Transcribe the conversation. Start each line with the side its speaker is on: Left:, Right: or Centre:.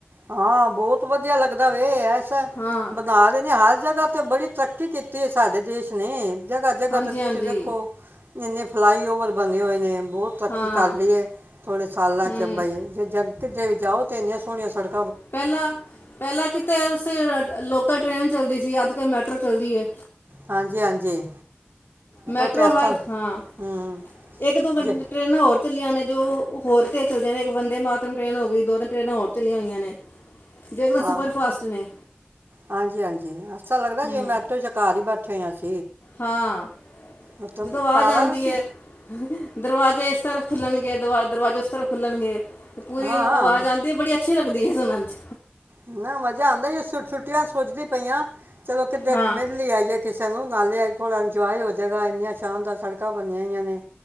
Right: ਹਾਂ ਬਹੁਤ ਵਧੀਆ ਲੱਗਦਾ ਵੇ ਐ,
Left: ਹਾਂ
Right: ਬਣਾ ਰਹੇ ਨੇ ਹਰ ਜਗ੍ਹਾ। ਅਤੇ ਬੜੀ ਤਰੱਕੀ ਕੀਤੀ ਸਾਡੇ ਦੇਸ਼ ਨੇ, ਜਗ੍ਹਾ'ਜਗ੍ਹਾ
Left: ਹਾਂਜੀ
Right: ਤੇ
Left: ਹਾਂਜੀ
Right: ਤੁਸੀਂ ਵੇਖੋ। ਇੰਨੇ ਫਲਾਈਓਵਰ ਬਣੇ ਹੋਏ ਨੇ, ਬਹੁਤ ਤਰੱਕੀ
Left: ਹਾਂ
Right: ਕਰ ਲਈਏ ਥੋੜ੍ਹੇ ਸਾਲਾਂ
Left: ਹੂੰ
Right: 'ਚ ਬਾਈ ਜੇ ਜ-' ਕਿੱਧਰੇ ਵੀ ਜਾਓ ਤੇ ਇੰਨੀਆਂ ਸੋਹਣੀਆਂ ਸੜਕ
Left: ਪਹਿਲਾਂ ਪਹਿਲਾਂ ਕਿਤੇ ਸੀ ਲੋਕ ਟ੍ਰੇਨ ਚੱਲਦੀ ਸੀ ਅੱਜ ਕਲ ਮੈਟਰੋ ਚੱਲਦੀ ਐ।
Right: ਹਾਂਜੀ, ਹਾਂਜੀ।
Left: ਮੈਟਰੋ
Right: ਤੇ ਇਸ
Left: ਹਰ
Right: ਤਰ੍ਹਾਂ
Left: ਹਾਂ,
Right: ਹੂੰ
Left: ਇੱਕ ਦੋ ਘੰਟੇ
Right: ਜੀ
Left: ਟਰੇਨਾਂ ਹੋਰ ਚੱਲੀਆਂ ਨੇ ਜੋ ਹੋਰ ਤੇਜ ਚੱਲਦੀਆਂ ਨੇਂ ਇੱਕ ਬੰਦੇ ਮਾਤਮ ਟ੍ਰੇਨ ਹੋ ਗਈ ਦੋ ਤਿੰਨ ਟ੍ਰੇਨਾਂ ਹੋਰ ਚੱਲੀਆਂ ਹੋਈਆਂ ਨੇ। ਜੋ ਇੱਕਦਮ
Right: ਹਾਂ,
Left: ਸੁਪਰ ਫਾਸਟ ਨੇ
Right: ਹਾਂਜੀ, ਹਾਂਜੀ ਅੱਛਾ ਲੱਗਦਾ
Left: ਹੂੰ
Right: ਜਿਵੇਂ ਮੈਟਰੋ ਘਰ ਹੀ <inaudible>
Left: ਹਾਂ,
Right: ਮਤਲਬ
Left: ਜਦੋਂ ਆ
Right: ਕਾਰਾਂ
Left: ਜਾਦੀ
Right: ਵਿੱਚ ਹੀ?
Left: ਐ, ਦਰਵਾਜ਼ੇ ਇਸ ਤਰ੍ਹਾਂ ਖੁੱਲਣਗੇ, ਦਵ ਦਰਵਾਜ਼ੇ ਉਸ ਤਰ੍ਫ ਖੁੱਲਣਗੇ। ਤੇ ਪੂਰੀ
Right: ਹਾਂ
Left: ਆਵਾਜ਼ ਆਂਦੀ ਏ ਬੜੀਆ ਅੱਛੀ ਲੱਗਦੀ ਐ ਸੁਣਨ ਚ
Right: ਨਾਂ ਮਜ਼ਾ ਆਂਦਾ ਛੁੱਟੀਆਂ ਚ ਸੋਚਦੀ ਪਈਆਂ। ਚਲੋ ਕਿੱਦੈ
Left: ਹਾਂ
Right: ਮਿਲ ਆਈਏ ਕਿਸ ਨੂੰ ਨਾਲੇ ਥੋੜਾ ਇੰਜੋਏ ਹੋ ਜੈਗਾ ਇੰਨਾ ਛਾਂਣਦਾਰ ਸੜਕ ਕਾਂ ਬਣੀਆ ਹੋਈਆਂ ਨੇ,